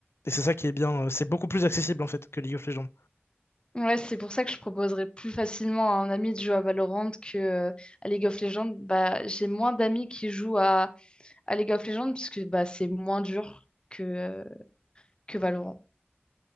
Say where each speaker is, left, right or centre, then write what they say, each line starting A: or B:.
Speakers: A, on the left (about 75°); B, on the left (about 25°).
A: Et c'est ça qui est bien, euh, c'est beaucoup plus accessible en fait que League of Legends.
B: Ouais, c'est pour ça que je proposerais plus facilement à un ami de jouer à Valorant que euh, à League of Legends. Bah, j'ai moins d'amis qui jouent à, à League of Legends parce que bah, c'est moins dur que, euh, que Valorant.